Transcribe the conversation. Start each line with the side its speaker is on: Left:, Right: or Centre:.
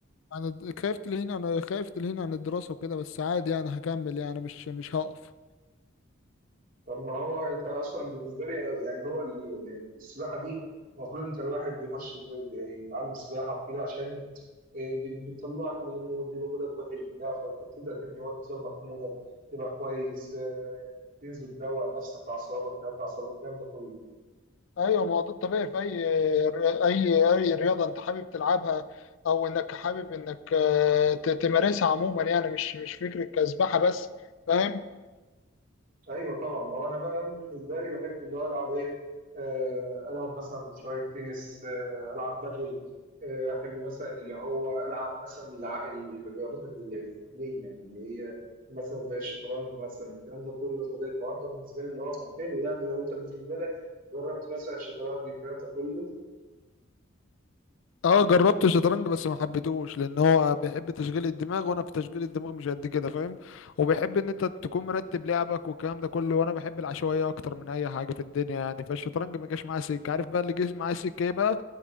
Left: عن الد- خايف تلهيني عن خايف تلهيني عن الدراسه وكده بس عادي يعني هكمل يعني مش مش هقف
Right: طب ما هو أنت أصلا بالنسبة لي يعني هو ال- ال- السباحة دي المفروض أنت الواحد بيخش بي- يتعلم سباحة وكده عشان آه، بت- بتطلعك من المود بيبقى مودك وحش بتاع فأنت بتبدأ إن هو تظبط مودك تبقى كويس آه، تنزل تروق نفسك أعصابك تهدى أعصابك الكلام ده كله.
Left: ايوه ما هو ده الطبيعي في اي اي اي رياضه انت حابب تلعبها او انك حابب انك آه، ت- تمارسها عموما يعني مش مش فكره كسبحه بس فاهم
Right: ايوه طبعا ما هو انا بقى انا بالنسبه لي بحب اللي هو العب ايه آه، العب مثلا شويه تنس آه، العب بدل آه، احب مثلا اللي هو العب مثلا الع- الرياضات الذهنيه يعني اللي هي مثلا زي الشطرنج مثلا الكلام ده كله فده الحوار ده بالنسبه لي اللي هو كان حلو يعني لو انت بالنسبه لك جربت مثلا الشطرنج الكلام ده كله
Left: اه جربت الشطرنج بس ما حبيتهوش لان هو بيحب تشغيل الدماغ وانا في تشغيل الدماغ مش قد كده فاهم وبيحب ان انت تكون مرتب لعبك والكلام ده كله وانا بحب العشوائيه اكتر من اي حاجه في الدنيا يعني فالشطرنج ما جاش معايا سكه عارف بقى اللي جه معايا سكه ايه بقى